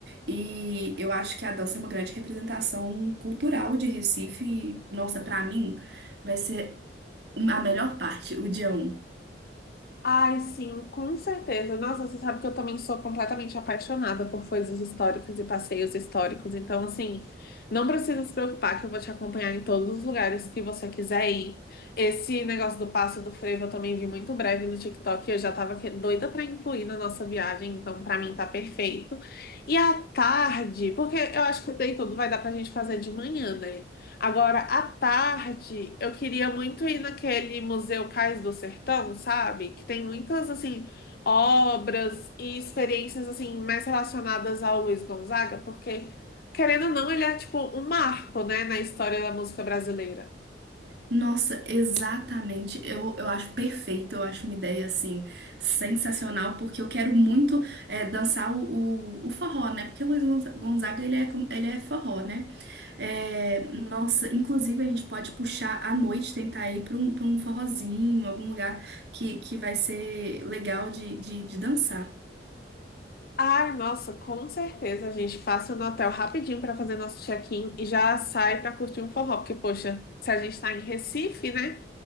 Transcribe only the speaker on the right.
E eu acho que a dança é uma grande representação cultural de Recife. E, nossa, pra mim, vai ser a melhor parte, o dia um.
Nossa, exatamente. Eu, eu acho perfeito, eu acho uma ideia assim sensacional, porque eu quero muito é, dançar o, o, o forró, né? Porque o Luiz Gonza- Gonzaga ele é, com- ele é forró, né? É, nossa, inclusive a gente pode puxar à noite, tentar ir para um, para um forrozinho, algum lugar que, que vai ser legal de, de, de dançar.